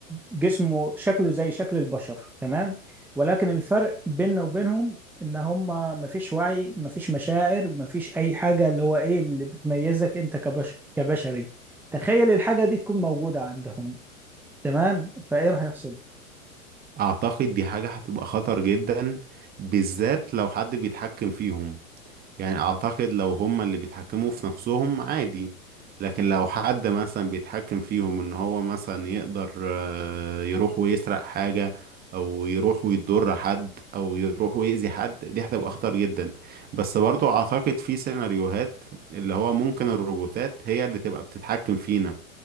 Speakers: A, in the centre; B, on the right.
A: جسمه شكله زي شكل البشر تمام ولكن الفرق بيننا وبينهم ان هم مفيش وعي مفيش مشاعر مفيش اي حاجة اللي هو ايه اللي بتميزك انت كبشر كبشري تخيل الحاجة دي تكون موجودة عندهم تمام فايه راح يحصل
B: اعتقد دي حاجة هتبقى خطر جدا بالذات لو حد بيتحكم فيهم يعني اعتقد لو هما اللي بيتحكموا في نفسهم عادي لكن لو حد مثلا بيتحكم فيهم ان هو مثلا يقدر آه، يروح ويسرق حاجة او يروح ويضر حد او يروح ويأذي حد دي هتبقى خطر جدا بس برضو اعتقد في سيناريوهات اللي هو ممكن الروبوتات هي اللي تبقى بتتحكم فينا